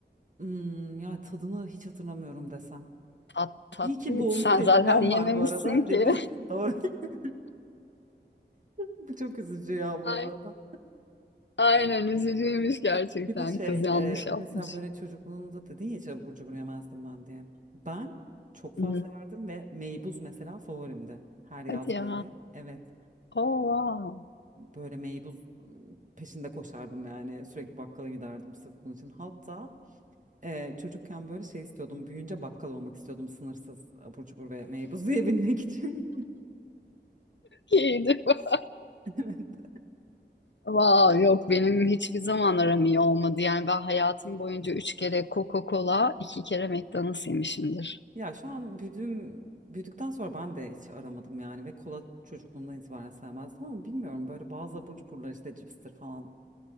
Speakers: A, on the right; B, on the left.
A: Hmm, ya tadını hiç hatırlamıyorum desem.
B: Tat, tatlıydı.
A: İyi ki boğulma
B: Sen
A: tecrübem
B: zaten yememişsin
A: var bu arada. Leblebi
B: ki.
A: <laughs> doğru. <laughs> Bu çok üzücü ya bu
B: <laughs> Ay.
A: arada.
B: Aynen üzücüymüş gerçekten.
A: Bir de şey
B: Kız yanlış
A: e,
B: yapmış.
A: mesela böyle çocukluğunda dedin ya hiç abur cubur yemezdim ben diye. Ben çok fazla
B: Hı hı.
A: yerdim ve meybuz mesela favorimdi. Her yaz
B: Hadi ya.
A: böyle. Evet.
B: Oo, wow.
A: böyle meybuz ıı, peşinde koşardım yani sürekli bakkala giderdim sırf bunun için. Hatta e, çocukken böyle şey istiyordum büyüyünce bakkal olmak istiyordum sınırsız abur cubur ve meybuz yiyebilmek için. <laughs>
B: İyiydi. <laughs>
A: Evet.
B: Wow, yok benim hiçbir zaman aram iyi olmadı. Yani ben hayatım boyunca üç kere Coca-Cola, iki kere McDonald's yemişimdir.
A: Ya şu an büyüdüğüm büyüdükten sonra ben de hiç aramadım yani ve kola çocukluğumdan itibaren sevmezdim ama bilmiyorum böyle bazı abur cuburlar işte cipstir falan